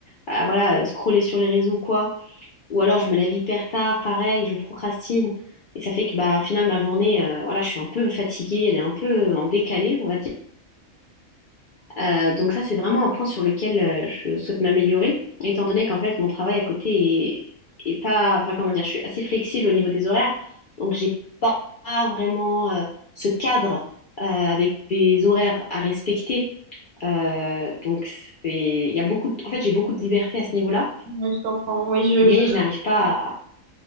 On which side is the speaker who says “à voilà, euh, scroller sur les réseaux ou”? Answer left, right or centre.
Left